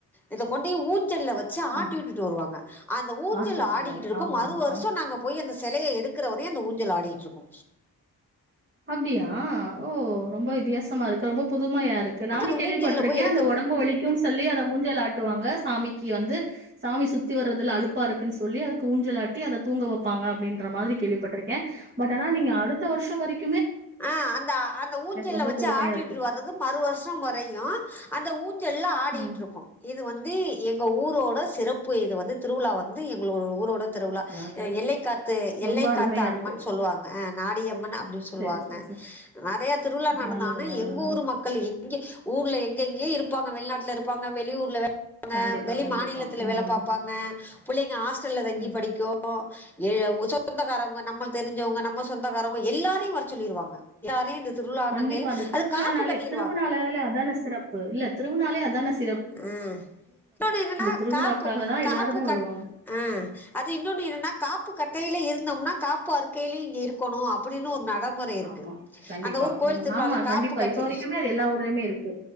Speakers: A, in the centre; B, on the right.
A: இத கொண்டு போய் ஊஞ்சல்ல வ ச்சு ஆட்டிவிட்டுட்
B: ம்.
A: டு வருவாங்க அந்த ஊஞ்சல்
B: ஆத்துவாங்க.
A: ஆடிக்கிட்டு இருக்கு
B: ஆமா,
A: மறு வருஷோ நாங்க போய் அந்த செலய எடுக்கிற வரையு அந்த ஊஞ்சல் ஆடிட்ருக்கு
B: அப்டியா ஓ ரொம்ப வித்தியாசமா இருக்கு ரொம்ப புது மையா இருக்கு நானு
A: அந்த
B: கேள்விப்பட்டிருக்கே
A: ஊஞ்சல்ல போய் எடுக்கிற
B: அந்த ஒடம்பு வலிக்குன்னு சொல்லி அத ஊஞ்சல் ஆட் டுவாங்க சாமிக்கு வந்து சாமி சுத்தி வர்றதுல அலுப்பா இருக்குன்னு சொல்லி அதுக்கு ஊஞ்சல் ஆட்டி அத தூங்க வப்பாங்க அப்டின்ற மாதிரி கேள்வி பட்ருக்கே பட் ஆனா நீங்க அடுத்த வர்ஷோ வரைக்
A: ஆ அந்த அந்த ஊஞ்சல்ல
B: ரொம்ப
A: வச்சு
B: புதுமையா
A: ஆட்டிட்டு
B: இருக்கு.
A: வர்றது மறு வர்ஷோ வரையு அந்த ஊ ஞ்சல்ல ஆடிட்ருக்கு
B: ம்.
A: இது வந்து எங்க ஊரோட சிறப்பு இது வந்து திருவிழா வந்து எங்களோட ஊரோ ட திருவிழா
B: நல்லது.
A: அ எல்லை காத்து எல்லை
B: ரொம்ப அருமையா
A: காத்த அம்மன்னு
B: இருக்கு.
A: சொல்லுவாங்க ஆ நாடியம்மன் அது சொல்வாங்க
B: சரி, சரி, சரி.
A: நெறய திருவிழா நடந்தாலு
B: நல்லது, நல்லது,
A: எங்க
B: நல்லது.
A: ஊரு மக்கள் எங்க ஊர்ல எங்கெங்கயோ இரு ப்பாங்க வெளிநாட்ல இருப்பாங்க வெளியூர்ல வே ங்க
B: கண்டிப்பா,
A: வெளி
B: கண்டிப்பா.
A: மாநிலத்துல வேல
B: ம்,
A: பாப்பாங்க புள்ளைங்க ஹாஸ்டல்ல தங்கி
B: ம்.
A: படிக்கு எ சொ ந்தகாரவுங்க நம்மளுக்கு தெரி்ஞ்சவங்க நம்ம சொந்தக்காரவங்க எல்லாரையும் வர ச்சொல்லிருவாங்க <unintelligible> இந்த திருவிழா
B: கண்டிப்பா
A: நாங்கள்
B: அந்த திருவிழானாலே
A: அது காப்பு கட்டிடுவாங்க
B: திருவிநாளாலே அதான சிறப்பு இல்ல திருவிநாளே அது தான சி
A: ம் இன்னொன்னு என்னன்னா
B: திருவிழாக்காக
A: காப்பு
B: தான்
A: காப்பு
B: எல்லாருமே
A: க
B: வருவாங்க.
A: அ அது இன்னொன்னு என்னனா காப்பு கட்டையில இருந்தொம்னா காப்பு அறுக்கயில இங்க இருக்கணு அப்புடின்னு ஒரு ந டமுறை இருக்கு
B: ஆமா. கண்டிப்பா.
A: அந்த ஊர் கோயில்
B: ம்.
A: திருவிழால
B: ஆமா கண்டிப்பா.
A: காப்பு கட்டி
B: இப்ப வரைக்குமே அது எல்லா ஊர்லயுமே இருக்கு.